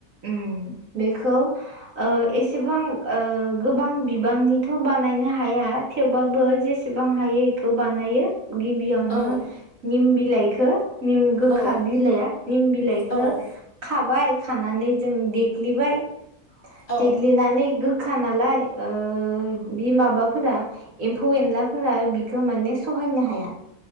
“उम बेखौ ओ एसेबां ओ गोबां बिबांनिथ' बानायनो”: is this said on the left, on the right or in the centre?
Right